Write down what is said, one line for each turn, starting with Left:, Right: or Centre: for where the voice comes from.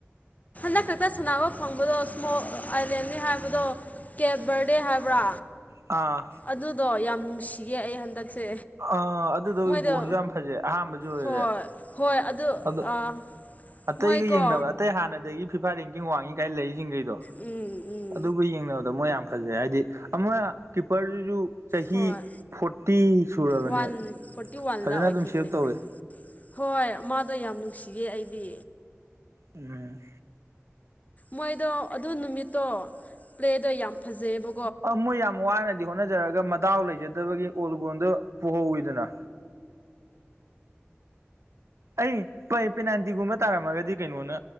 Left: <unintelligible> ꯈꯛꯇ ꯁꯅꯥꯕ ꯐꯪꯕꯗꯣ ꯏꯁꯃꯣ ꯑꯥꯏꯂꯦꯟꯅꯤ ꯍꯥꯏꯕꯗꯣ ꯀꯦꯞ ꯕꯔꯗꯦ ꯍꯥꯏꯕ꯭ꯔꯥ
Right: ꯑꯥ
Left: ꯑꯗꯨꯗꯣ ꯌꯥꯝ ꯅꯨꯡꯁꯤꯌꯦ ꯑꯩ ꯍꯟꯗꯛꯁꯦ
Right: ꯑ ꯑꯗꯨꯗ
Left: ꯃꯣꯏꯗꯣ
Right: ꯕꯣꯟꯁꯨ ꯌꯥꯝ ꯐꯖꯩ ꯑꯍꯥꯥꯟꯕꯁꯨ ꯑꯣꯏꯔꯦ
Left: ꯍꯣꯏ ꯍꯣꯏ ꯑꯗꯨ
Right: ꯑꯗꯣ
Left: ꯑꯥ
Right: ꯑꯇꯩꯒ
Left: ꯃꯣꯏꯀꯣ
Right: ꯌꯦꯡꯅꯕ ꯑꯇꯩ ꯍꯥꯟꯅꯗꯒꯤ ꯐꯤꯐꯥ ꯔꯦꯡꯀꯤꯡ ꯋꯥꯡꯉꯤ ꯀꯥꯏ ꯂꯩꯔꯤꯁꯤꯡꯒꯩꯗꯣ
Left: ꯎꯝ ꯎꯝ
Right: ꯑꯗꯨꯒ ꯌꯦꯡꯅꯕꯗ ꯃꯣꯏ ꯌꯥꯝ ꯐꯖꯩ ꯍꯥꯏꯗꯤ ꯑꯃ ꯀꯤꯞꯄꯔꯗꯨꯖꯨ ꯆꯍꯤ
Left: ꯍꯣꯏ
Right: ꯐꯣꯔꯇꯤ ꯁꯨꯔꯕꯅꯦ
Left: ꯋꯥꯟ ꯐꯣꯔꯇꯤ ꯋꯥꯟꯂꯥ
Right: ꯐꯖꯅ
Left: ꯑꯣꯏꯈꯤꯕꯅꯦ
Right: ꯑꯗꯨꯝ ꯁꯦꯞ ꯇꯧꯋꯦ
Left: ꯍꯣꯏ ꯃꯥꯗꯣ ꯌꯥꯝ ꯅꯨꯡꯁꯤꯌꯦ ꯑꯩꯗꯤ
Right: ꯎꯝ
Left: ꯃꯣꯏꯗꯣ ꯑꯗꯨ ꯅꯨꯃꯤꯠꯇꯣ ꯄ꯭ꯂꯦꯗꯣ ꯌꯥꯝ ꯐꯖꯩꯌꯦꯕ
Right: ꯑ ꯃꯣꯏ ꯌꯥꯝ ꯋꯥꯅꯗꯤ ꯍꯣꯠꯅꯖꯔꯒ ꯃꯗꯥꯎ ꯂꯩꯖꯗꯕꯒꯤ ꯑꯣꯜ ꯒꯣꯟꯗ ꯄꯣꯍꯧꯋꯤꯗꯅ ꯑꯩ ꯄꯩ ꯄꯦꯅꯥꯜꯇꯤꯒꯨꯝꯕ ꯇꯥꯔꯝꯃꯒꯗꯤ ꯀꯩꯅꯣꯅ